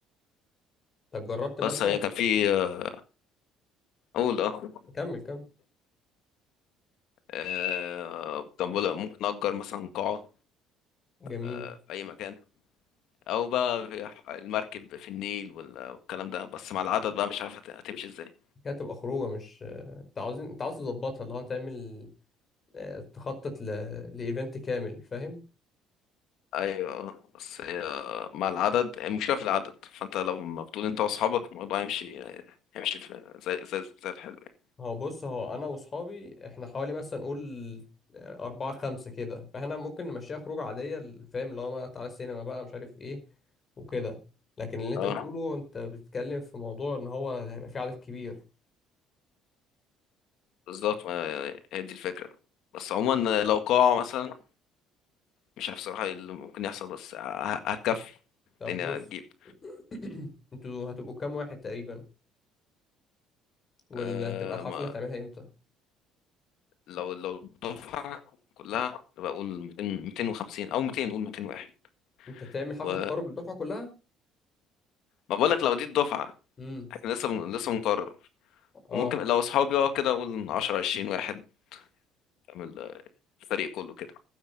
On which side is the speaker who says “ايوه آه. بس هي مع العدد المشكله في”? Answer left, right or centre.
Left